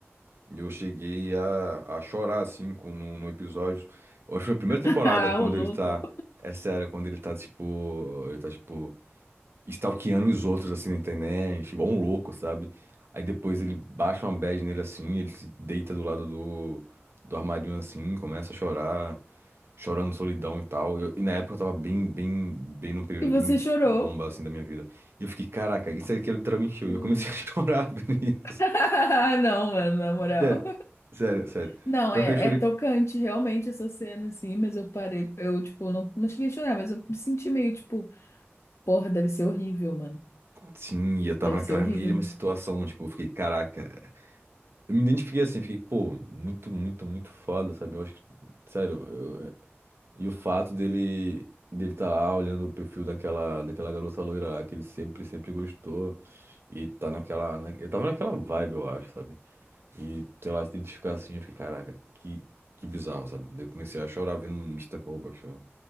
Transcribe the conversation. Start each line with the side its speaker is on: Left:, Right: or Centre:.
Right: E Eu cheguei a, a chorar, assim, com, no, no episódio. Eu acho que foi a primeira
Left: <laughs>
Right: temporada,
Left: Ah,
Right: quando
Left: o louco.
Right: ele tá. É sério, quando ele tá, tipo. Ele tá, tipo. Stalkeando os outros, assim, na internet, igual um louco, sabe? Aí depois ele baixa uma bad nele, assim, ele se deita do lado do, do armarinho, assim, começa a chorar, chorando solidão e tal. Eu- e na época eu tava bem, bem, bem num período
Left: E você
Right: bem
Left: chorou.
Right: bomba, assim, da minha vida. E eu fiquei, caraca, isso aqui é literalmente eu.
Left: Pô.
Right: E eu comecei <laughs> a chorar por isso.
Left: <laughs> Não, mano, na moral.
Right: Sério, sério, sério.
Left: Não,
Right: Pior
Left: é,
Right: que eu chorei.
Left: é tocante, realmente, essa cena, assim. Mas eu parei, eu, tipo, não, não cheguei a chorar, mas eu me senti meio, tipo, porra, deve ser horrível, mano.
Right: Sim, eu tava
Left: Deve
Right: naquela
Left: ser horrível.
Right: mesma situação, tipo, eu fiquei, caraca. Eu me identifiquei assim, fiquei, pô, muito, muito, muito foda, sabe? Eu acho que, sério, eu- e o fato dele dele tá lá olhando o perfil daquela, daquela garota loira lá, que ele sempre, sempre gostou, e tá naquela, na- eu tava naquela vibe, eu acho, sabe? E, sei lá, se identificar assim, eu fiquei, caraca, que, que bizarro, sabe? Daí Eu comecei a chorar vendo Mr. Robot, chorando.